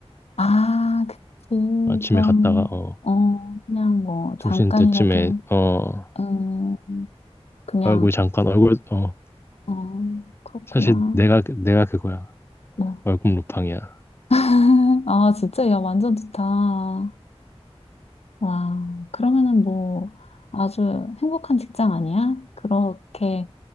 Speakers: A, on the left; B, on the left.
A: 아, 그치.
B: 아침에
A: 그럼,
B: 갔다가 어
A: 어, 그냥 뭐
B: 점심
A: 잠깐이라도,
B: 때쯤에 어
A: 음, 그냥,
B: 얼굴 잠깐 얼굴 어
A: 어, 그렇구나.
B: 사실 내가 내가 그거야.
A: 뭐.
B: 월급 루팡이야.
A: <laughs> 아, 진짜, 야, 완전 좋다. 와, 그러면은 뭐 아주 행복한 직장 아니야? 그렇게